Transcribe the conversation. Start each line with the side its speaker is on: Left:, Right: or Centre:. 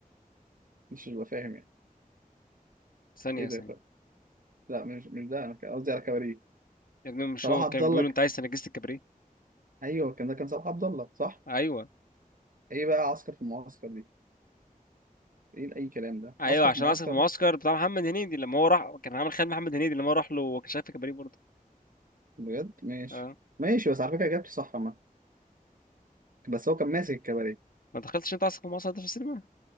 Right: مش ببقى فاهم يعني
Left: ثانية
Right: ايه ده
Left: ثانية
Right: بقى؟ لا مش مش ده انا كان قصدي على كباريه
Left: يا ابني مش
Right: صلاح
Left: هو
Right: عبد
Left: كان
Right: الله
Left: بيقول
Right: ك-
Left: انت عايز تنجسة الكباريه
Right: ايوه كان ده كان صلاح عبد الله صح
Left: ايوه
Right: ايه بقى عسكر في المعسكر دي ايه اي كلام ده
Left: ايوه
Right: عسكر
Left: عشان
Right: في المعسكر
Left: اسف المعسكر بتاع محمد هنيدي لما هو راح كان عامل خيال محمد هنيدي لما هو راح له وكان شغال في كباريه برضه
Right: بجد ماشي
Left: اه
Right: ماشي بس على فكره جبت صح ما بس هو كان ماسك الكباريه
Left: ما دخلتش انت اسف المعسكر ده في السينما